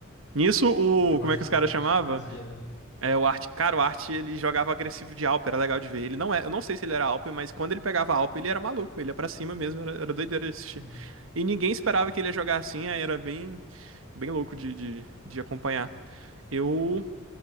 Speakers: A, on the right; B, on the left.
A: Nisso, o,
B: eu
A: como
B: acho
A: é que
B: que
A: os
B: o
A: caras
B: Arte
A: chamava?
B: trazia, né?
A: É, o Art, cara, o Art, ele jogava agressivo de Alp, era legal de ver. Ele não é, eu não sei se ele era Alp, mas quando ele pegava Alp, ele era maluco, ele ia pra cima mesmo, era, era doideira de assistir.
B: <laughs>
A: E ninguém esperava que ele ia jogar assim, aí era bem, bem louco de, de de acompanhar. Eu